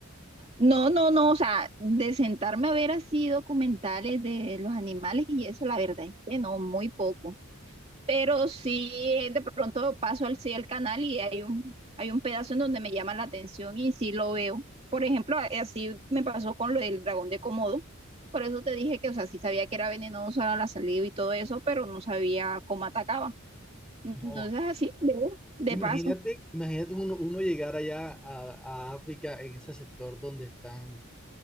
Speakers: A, on the right (about 30°); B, in the centre.
A: No, no, no, o sea, de sentarme a ver así documentales de los animales y eso, la verdad es que no, muy poco. Pero sí, eh, de pronto paso al, sí, al canal y hay un, hay un pedazo en donde me llama la atención y sí lo veo. Por ejemplo, a- así me pasó con lo del dragón de Komodo. Por eso te dije que, o sea, sí sabía que era venenoso a la saliva y todo eso, pero no sabía cómo atacaba. Entonces
B: No,
A: así veo, de
B: imagínate,
A: paso.
B: imagínate uno, uno llegar allá a, a África en ese sector donde están